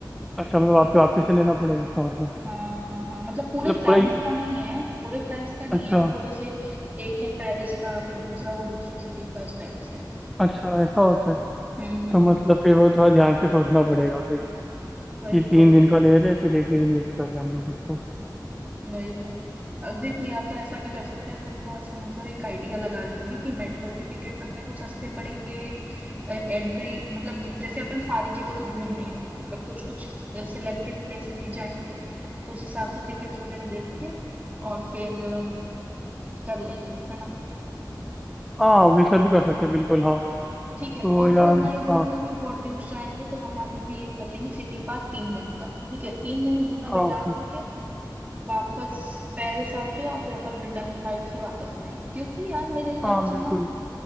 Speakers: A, in the centre; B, on the right.
A: अच्छा मतलब आपको वापिस से लेना पड़ेगा इसका मतलब
B: हाँ हाँ हाँ मतलब पूरे
A: मतलब
B: फ्रांस
A: पूरा ही-
B: का नहीं है पूरे फ्रांस का नहीं
A: अच्छा
B: है वो जैसे एक है पेरिस का फिर दूसरा वो दूसरी सिटी का इस टाइप से है
A: अच्छा ऐसा होता है
B: हम्म हम्म
A: तो
B: हम्म
A: मतलब फिर वो थोड़ा ध्यान से सोचना पड़ेगा फिर
B: वही
A: कि तीन
B: तो
A: दिन का ले रहे हैं फिर एक ही दिन यूज कर रहे हैं हम लोग उसको
B: वही तो अब देखो या तो ऐसा भी कर सकते हैं अपन थोड़ा सा मतलब एक आइडिया लगा लेंगे कि मेट्रो की टिकट्स अपने को सस्ते पड़ेंगे एंट्री मतलब ज- जैसे अपन सारी जगह तो घूम नहीं रहे हैं मतलब कुछ कुछ सिलेक्टेड प्लेसेस ही जाएंगे तो उस हिसाब से टिकट्स वगैरह देख के और फिर अ, कर लेंगे है ना
A: हाँ वैसा भी कर सकते हैं बिल्कुल हाँ
B: ठीक है
A: तो
B: और
A: यार
B: फिर मैं ये बोल
A: हाँ
B: रही हूँ कि बोर्डियूस जाएंगे तो वहां पर भी ये कर लेंगे सिटी पास तीन दिन का ठीक है तीन दिन वहां बिता
A: हाँ
B: करके वापस पेरिस आके और फिर अपन रिटर्न फ्लाइट से वापस जाएंगे क्योंकि यार मेरे हिसाब
A: हाँ
B: से
A: बिल्कुल
B: ना